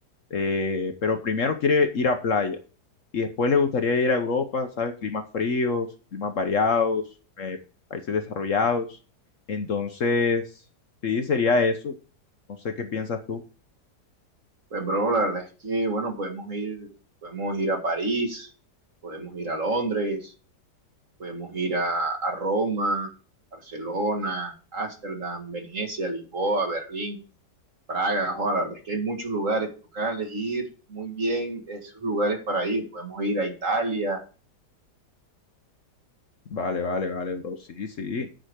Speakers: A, on the left; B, on the right.
A: eh, pero primero quiere ir a playa y después le gustaría ir a Europa, ¿sabes? Climas fríos, climas variados, eh, países desarrollados. Entonces, sí, sería eso. No sé qué piensas tú.
B: Pues, bro, la verdad es que, bueno, podemos ir, podemos ir a París, podemos ir a Londres, podemos ir a, a Roma, Barcelona, Ámsterdam, Venecia, Lisboa, Berlín. Praga, Juan, es que hay muchos lugares, toca elegir muy bien esos lugares para ir. Podemos ir a Italia,
A: Vale, vale, vale, bro. Sí, sí.